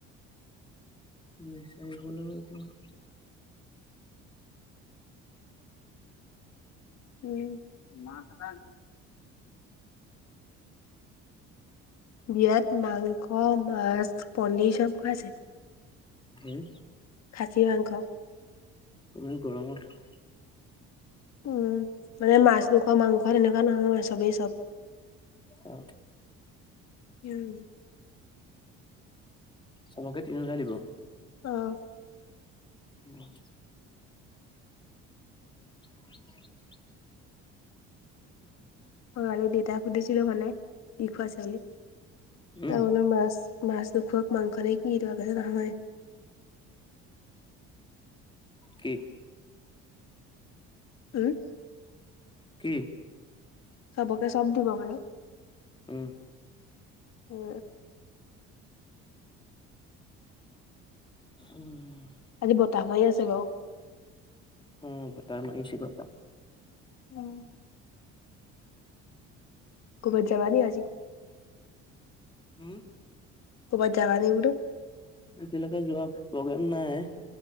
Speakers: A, on the left; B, on the left.
A: বচাৰিব এতিয়া-
B: উম ম ক- বিয়াত মাংস মাছ পনিৰ চব খুৱাইছে-
A: হম-
B: খাছি মাংস-
A: ত গৰমত-
B: উম মানে মাছ দুখন মাংস তেনেকুৱা নহয় চবেই চব
A: অহ
B: উম
A: চবকে তিনিওটাই দিব
B: অহ
A: অহ <unintelligible>
B: কালি দেতাক সুধিছিলো মানে কি খোৱাইছে বুলি
A: উম
B: তাওনৰ মাছ মাছ নোখোৱাক মাংস নে কি এটাই নহয়।
A: কি
B: উম।
A: কি।
B: চবকে চব দিব মানে
A: উম।
B: হা
A: উম।
B: আজি বতাহ মাৰি আছে বাওঁ।
A: উমঁ বতাহ মাৰিছে বা।
B: উম। ক'বাত যাবা নি আজি?
A: উম।
B: ক'বাত যাবা নি বোলো।
A: এতিয়ালৈকে যোৱা প্ৰগ্ৰেম নায়।